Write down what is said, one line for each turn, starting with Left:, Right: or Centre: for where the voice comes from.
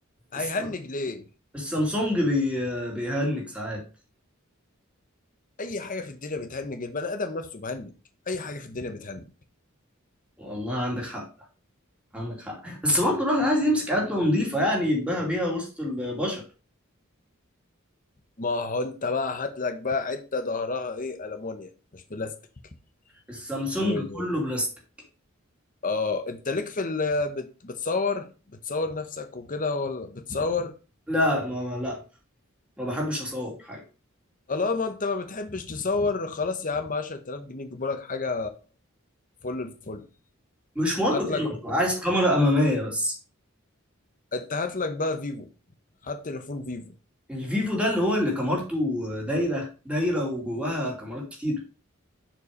Left: هيهنج
Centre: الس-
Left: ليه
Centre: السامسونج بي... بيهنج ساعات
Left: اي حاجه في الدنيا بتهنج البني ادم نفسه بهنج اي حاجه في الدنيا بتهنج
Centre: والله عندك حق عندك حق بس برضه الواحد عايز يمسك عدة نظيفة يعني يبقى بيها وسط البشر
Left: ما هو انت بقى هات لك بقى عده ظهرها ايه المونيا مش بلاستيك
Centre: السامسونج
Left: و
Centre: كله بلاستيك
Left: اه انت ليك في ال... بت... بتصور بتصور نفسك وكده ولا بتصور
Centre: لا ما ما- لا ما بحبش اصور حاجة
Left: طالما انت ما بتحبش تصور خلاص يا عم 10000 جنيه يجيبوا لك حاجه فل الفل
Centre: مش مهم
Left: هات
Centre: كده
Left: لك
Centre: عايز كاميرا أمامية بس
Left: انت هات لك بقى فيفو هات تليفون فيفو
Centre: الفيفو ده اللي هو اللي كاميرته دايرة دايرة وجواها كاميرات كتير